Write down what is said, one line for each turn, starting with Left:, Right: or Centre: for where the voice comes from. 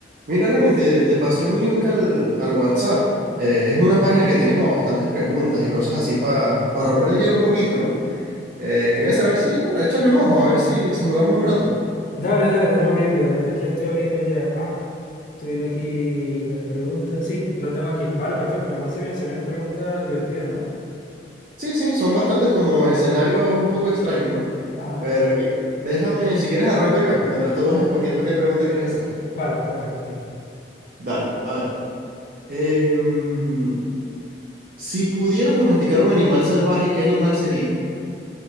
Right: Mira, Reni, te, te pasé un link al, al WhatsApp. Eh, es una página que tiene como bastantes preguntas y cosas así para romper el hielo un poquito, ¿no? Eh, quería saber si, bueno, échale un ojo, a ver si, si jugamos un rato.
Left: Dale, dale, déjame abrirlo. Aquí lo estoy abriendo ya. Ah, estoy viendo aquí las preguntas. Sí, lo tengo aquí. Vale, perfecto, me parece bien. Se ven preguntas divertidas, ¿no?
Right: Sí, sí, son bastantes como escenarios un poco extraños, ¿no?
Left: Ajá.
Right: Pero bueno, déjame, si quieres arranco yo, mientras tú vas escogiendo qué pregunta quieres hacer.
Left: Vale, perfecto, listo.
Right: Dale, a ver. Em, si pudieras domesticar un animal salvaje, ¿qué animal sería?